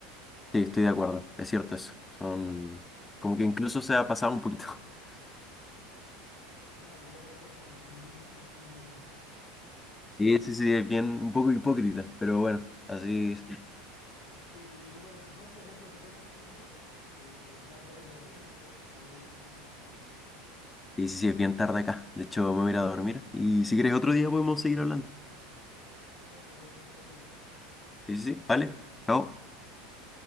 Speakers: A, on the left; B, on the left.
A: Sí, estoy de acuerdo, es cierto eso, son como que incluso se ha pasado un poquito. <laughs>
B: Sí, claro, y luego ves a las feministas cantando eso, ¿no?
A: Sí, sí, sí, es bien, un poco hipócrita, pero bueno, así
B: Claro.
A: es.
B: Ok, Rodrigo, bueno, pues fue un placer platicar contigo, espero que ya te vayas a dormir porque creo que por allá ya es un poco más tarde que por acá.
A: Sí, sí, sí, es bien tarde acá, de hecho me voy a ir a dormir y si quieres otro día podemos seguir hablando.
B: Claro, fue un placer conocerte, que estés muy bien.
A: Sí, sí, sí, vale, chao.
B: Hasta luego.